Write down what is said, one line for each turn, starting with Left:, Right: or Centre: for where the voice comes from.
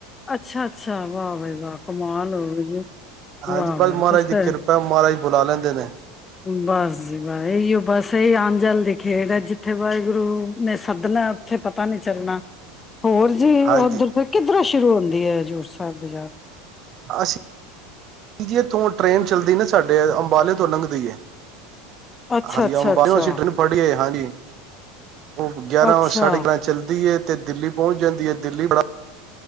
Left: ਅੱਛਾ ਅੱਛਾ ਵਾਹ ਵਾ ਵਾਹ ਕਮਾਲ ਹੋਵੇ ਜੇ
Right: ਹਾਂਜੀ
Left: ਆਾਹ
Right: ਬਸ
Left: ਬ
Right: ਮਹਾਰਾਜ
Left: ਤੁਸ
Right: ਦੀ
Left: ਤਾਂ
Right: ਕਿਰਪਾ ਮਹਾਰਾਜ ਬੁਲਾ ਲੈਂਦੇ ਨੇ
Left: ਬਸ ਜੀ ਬ ਇਹੀਓ ਬਸ ਸਹੀ ਆਮ ਜਲ ਦੀ ਖੇਡ ਹੈ ਜਿੱਥੇ ਵਾਹਿਗੁਰੂ ਨੇ ਸੱਦਣਾ ਉੱਥੇ ਪਤਾ ਨੀ ਚੱਲਣਾ। ਹੋਰ ਜੀ
Right: ਹਾਂਜੀ
Left: ਉਓਧਰ ਫਿਰ ਕਿੱਧਰ ਹਜ਼ੂਰ ਸਾਹਿਬ ਦੇ ਯ
Right: ਅਸੀਂ ਜੀ ਇਥੋਂ ਟ੍ਰਰੇਨ ਚੱਲਦੀ ਨਾ ਸਾਡੇ ਅੰਬਾਲੇ ਤੋਂ ਲੰਘਦੀ
Left: ਅੱਛਾ
Right: ਹਾਂਜੀ
Left: ਅੱਛਾ ਅੱਛਾ
Right: ਸੀਟ ਨੂੰ ਫੜੀਏ ਹਾਂਜੀ ਉਹ ਗਿਆਰਾਂ
Left: ਅੱਛਾ,
Right: ਸਾਡੇ ਗਿਆਰਾਂ ਚੱਲਦੀ ਤੇ ਦਿੱਲੀ ਪਹੁੰਚ ਜਾਂਦੀ ਹੈ ਦਿੱਲੀ ਬੜਾ